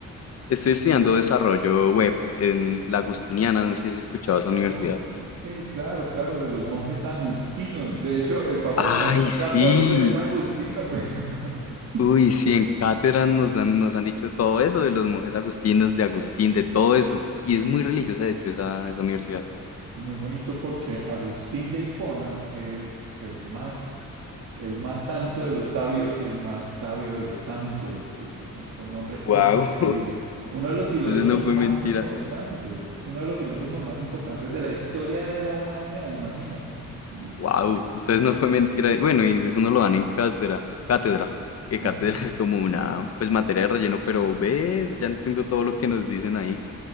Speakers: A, on the left; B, on the right.
A: Estoy estudiando desarrollo web en la Agustiniana, no sé si has escuchado esa universidad.
B: Ok, claro, claro, de los monjes agustinos. De hecho, el Papa
A: ¡Ay,
B: León
A: sí!
B: catorce es agustino. <laughs>
A: Uy, sí, en cátedra nos dan, nos han dicho todo eso de los monjes agustinos, de Agustín, de todo eso. Y es muy religiosa, de hecho, esa, esa universidad.
B: Muy bonito porque Agustín de Hipona es el más, el más santo de los sabios y el más sabio de los santos. Es- es un- fue un hombre
A: Wow.
B: increíble.
A: <laughs>
B: Uno de los
A: Entonces
B: filósofos
A: no fue
B: más
A: mentira.
B: importantes. Es uno de los filósofos más importantes de la historia de la humanidad, imagínate. ¿Mm?
A: Wow, entonces no fue mentira. Y Bueno, y eso no lo dan en cátedra, cátedra, que cátedra
B: Ajá.
A: <laughs> es como una, pues materia de relleno, pero ve, ya entiendo todo lo que nos dicen ahí.